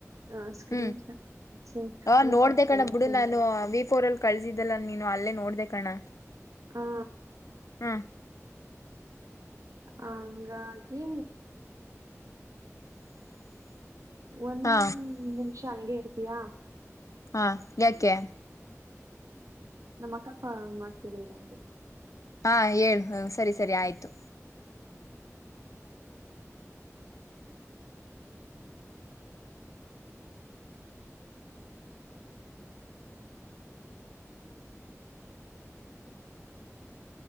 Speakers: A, on the right; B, on the left.
A: ಹ ಸ್ಕ್ರೀನ್
B: ಹೂ
A: ಶಾಟ್ ಸ್ಕ್ರೀನ್
B: ಹ ನೋಡ್ದ
A: ಶಾಟ್
B: ಕಣ
A: ಕಳಿಸ್ತೀನಿ
B: ಬಿುಡು ನಾನು ವಿಫೋರ್ ಅಲ್ಲಿ ಕಳಸಿದ್ದಲ್ಲ ನೀನು ಅಲ್ಲೇ ನೋಡ್ದ ಕಣ
A: ಹಾ
B: ಹಾ
A: ಹಂಗಾಗಿ ಒಂದ್
B: ಹಾ
A: ನಿಮಿಷ ಹಂಗೆ ಇರ್ತೀಯ
B: ಹಾ ಯಾಕೆ
A: ನಮ್ಮ ಅಕ್ಕಪ್ಪ ಮಾತ ಕೇಳಲ್ಲ ಅದ್ಕೆ
B: ಹಾ ಹೇಳು ಹ ಸರಿ ಸರಿ ಆಯ್ತು